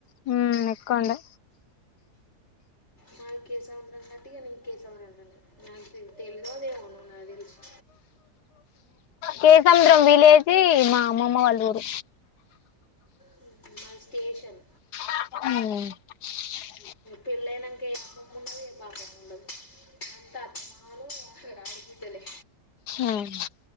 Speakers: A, on the left (about 85°); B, on the left (about 45°).
A: హ్మ్, నెక్కొండా
B: మాది కేశవ రంన్నట్టే నేను కేశవరంన్నట్టే నాకు తేలవే తెల్వదు ఏముందో నాకు తెలిశి
A: కేసముద్రం విలేజ్ అమ్మమ్మ వాళ్ల ఊరు.
B: హ్మ్ మాది స్టేషన్.
A: హ్మ్
B: పెళ్లైనాక ఏ అభామూ ఉండదు ఏ పభామూ ఉండదు. అంతా అత్తమామలు ఆహా రారు. ఇదేలే.
A: ఉమ్,